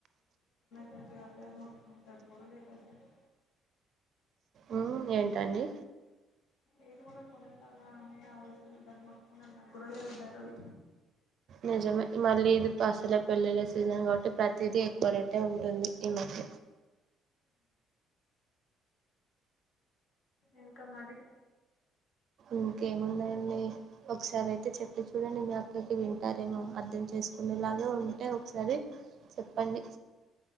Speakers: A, on the left; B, on the right.
A: తట్టు కలేదు మొట్టుకున్న తట్టు కూడా లేదు అసలు
B: ఉమ్ ఏంటండి
A: ఏది కూడా కొనేలాగా అనే ఆలోచలు దాన్ని మట్టుకొనే లాగా న కూడా లేవు ధరలు
B: నిజమే మళ్ళీ ఇది పసల పెళ్లిిల సీజన్ కాబట్టి ప్రతిదీ ఎక్కువ రేటే ఉంటుంది ఈ మధ్య
A: ఇంకా మరి
B: ఇంకేమున్నాయండి ఒకసారి అయితే చెప్పి చూడండి మీ అక్కకి వింటారేమో అర్థం చేసుకునేలాగా ఉంటే ఒకసారి చెప్పండి